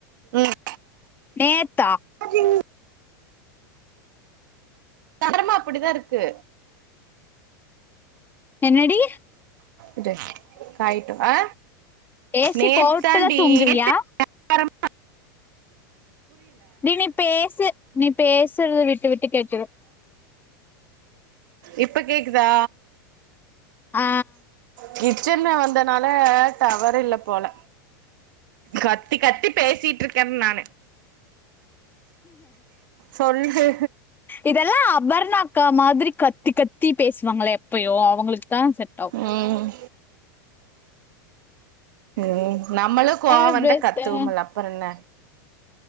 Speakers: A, on the right; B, on the left.
A: ம்
B: நேத்தா
A: ஜ தெரம அப்டிதா இருக்கு
B: என்னடி
A: இது காயட்டு ஆ
B: ஏசி
A: நேத்தாண்டி
B: போட்டுதா தூங்குறியா
A: நேத்து பரம் <inaudible>
B: நீ நீ பேசு நீ பேசுறது விட்டு விட்டு கேக்குது
A: இப்ப கேக்குதா
B: ஆ
A: கிச்சன்ல வந்தனால டவர் இல்ல போல கத்தி கத்தி பேசிட்ருக்கேன் நானு
B: <inaudible>
A: சொல்லு
B: இதெல்லா அபர்ணாக்கா மாரி கத் கத்தி கத்தி பேசுவாங்களே எப்பயோ அவுங்களுக்கு தா செட் ஆகு
A: ம் ம் நம்மளு கோவோ
B: எவ்ரிதிங்
A: வந்த கத்துவோம்ல அப்றோ என்ன